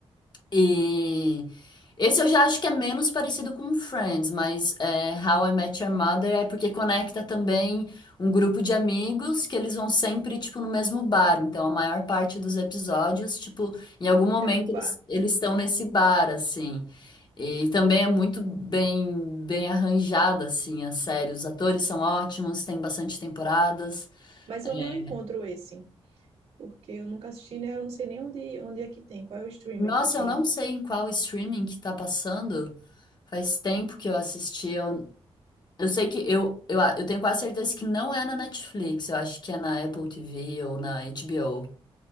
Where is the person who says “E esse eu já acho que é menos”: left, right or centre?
Left